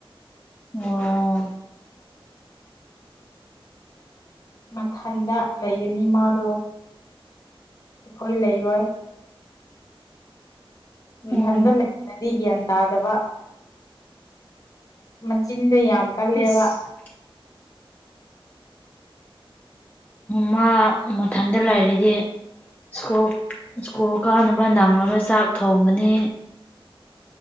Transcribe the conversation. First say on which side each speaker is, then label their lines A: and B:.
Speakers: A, on the left (about 15°); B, on the left (about 35°).
A: ꯑꯣ
B: ꯃꯊꯟꯗ ꯂꯩꯒꯅꯤ ꯃꯥꯗꯣ ꯑꯩꯈꯣꯏ ꯂꯩꯔꯣꯏ
A: ꯎꯝ
B: ꯏꯊꯟꯗ ꯂꯩꯗꯤ ꯒ꯭ꯌꯥꯟ ꯇꯥꯗꯕ ꯃꯆꯤꯟꯗꯣ ꯌꯥꯝ ꯀꯜꯂꯦꯕ
A: ꯏꯁ ꯃ ꯃꯊꯟꯗ ꯂꯩꯔꯗꯤ ꯁꯀꯨꯜ ꯁ꯭ꯀꯨꯜ ꯀꯥꯟꯅꯕ ꯅꯪꯂꯔꯣꯏ ꯆꯥꯛ ꯊꯣꯡꯒꯅꯤ